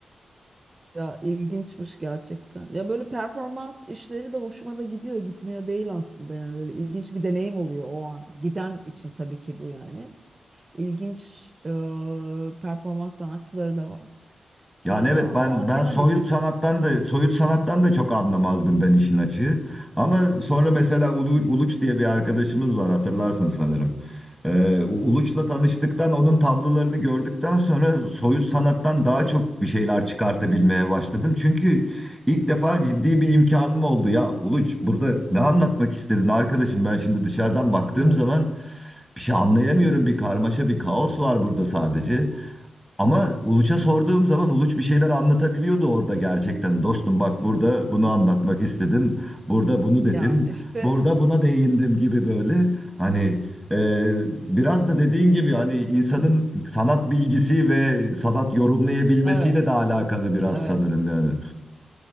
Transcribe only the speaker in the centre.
Yani
evet ben
ben
soyut
sanattan da soyut sanattan da çok anlamazdım ben işin açığı. Ama sonra mesela Ulu, Uluç diye bir arkadaşımız var hatırlarsın sanırım. Ee, U- Uluç'la tanıştıktan
onun tablolarını gördükten sonra soyut sanattan daha çok bir şeyler çıkartabilmeye başladım. Çünkü ilk defa ciddi bir imkanım oldu ya Uluç burada ne anlatmak istedin arkadaşım ben şimdi dışarıdan baktığım
zaman bir şey anlayamıyorum bir karmaşa bir kaos var burada sadece. Ama Uluç'a sorduğum zaman Uluç bir şeyler anlatabiliyordu orada gerçekten. Dostum bak burada bunu
anlatmak istedim. Burada bunu dedim.
Burada buna değindim gibi böyle. Hani e, biraz da dediğin gibi hani insanın sanat bilgisi ve sanat yorumlayabilmesiyle
de alakalı biraz
sanırım yani.